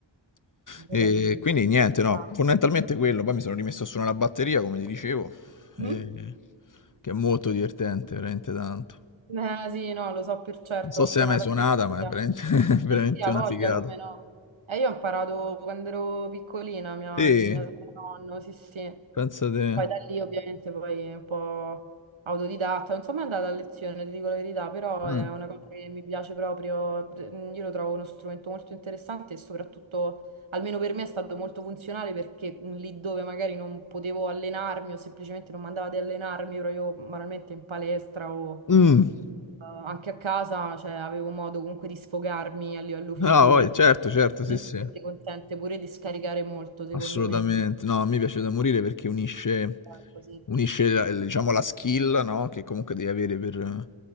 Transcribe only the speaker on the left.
E
quindi niente,
no,
fondamentalmente quello. Poi mi sono rimesso a suonare la batteria, come ti dicevo,
eh, che è molto divertente, veramente tanto.
Non so
se hai mai suonata,
ma è veramente, <laughs>
veramente
una
figata.
Sì,
pensa te.
Ah.
Mm.
Ah, poi, certo, certo,
sì, sì.
Assolutamente.
No, a me piace da morire perché unisce,
unisce la, il- diciamo, la skill, no? Che comunque devi avere per...